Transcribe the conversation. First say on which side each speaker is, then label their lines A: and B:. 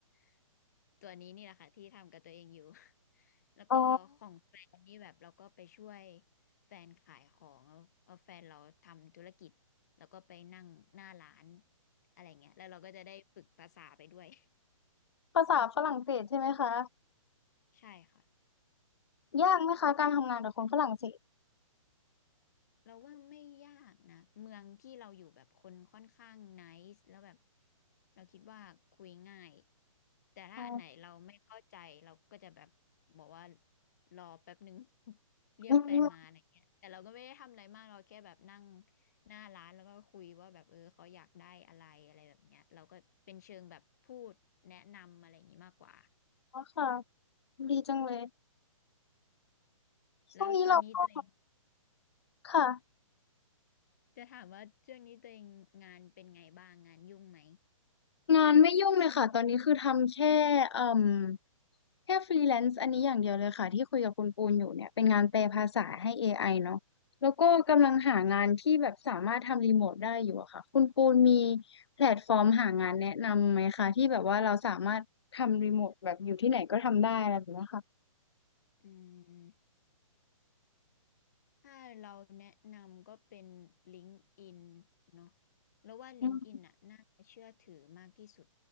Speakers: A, on the left; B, on the left.
A: ำตัวนี้นี่แหละค่ะที่ทำกับตัวเองอยู่ <laughs> แล้วก็ของแฟนนี่แบบเราก็ไปช่วย
B: อ๋อ
A: แฟนขายของแล้วเอาแฟนเราทำธุรกิจแล้วก็ไปนั่งหน้าร้านอะไรเงี้ยแล้วเราก็จะได้ฝึกภาษาไปด้วย
B: ภาษาฝรั่งเศสใช่ไหมคะ
A: <laughs> ใช่ค่ะ
B: ยากไหมคะการทำงานกับคนฝรั่งเศส
A: เราว่าไม่ยากนะเมืองที่เราอยู่แบบคนค่อนข้างไนซ์แล้วแบบเราคิดว่าคุยง่ายแต่ถ้าอันไหนเราไม่เข้าใจเราก็จะแบบ
B: อ๋อ
A: บอกว่ารอแป๊บหนึ่ง <laughs> เรียกแฟนมาอะไรเงี้ยแต่เราก็ไม่ได้ทำอะไรมากเราแค่แบบนั่ง
B: อืม
A: หน้าร้านแล้วก็คุยว่าแบบเออเขาอยากได้อะไรอะไรแบบเนี้ยเราก็เป็นเชิงแบบพูดแนะนำอะไรอย่างงี้มากกว่า
B: ค่ะดีจังเลยช่วงนี้เราก็
A: แล้วตอนนี้ตัวเอง
B: ค่ะ
A: จะถามว่าช่วงนี้ตัวเองงานเป็นไงบ้างงานยุ่งไหม
B: งานไม่ยุ่งเลยค่ะตอนนี้คือทำแค่เอ่มแค่ฟรีแลนซ์อันนี้อย่างเดียวเลยค่ะที่คุยกับคุณปูนอยู่เนี่ยเป็นงานแปลภาษาให้ AI เนาะแล้วก็กำลังหางานที่แบบสามารถทำรีโมทได้อยู่อะค่ะคุณปูนมีแพลตฟอร์มหางานแนะนำไหมคะที่แบบว่าเราสามารถทำรีโมทแบบอยู่ที่ไหนก็ทำได้อะไรแบบเนี้ยค่ะ
A: อืม ถ้าเราแนะนำก็เป็น LinkedIn เนาะแล้วว่า LinkedIn
B: อืม
A: อนน่ะน่าเชื่อถือมากที่สุด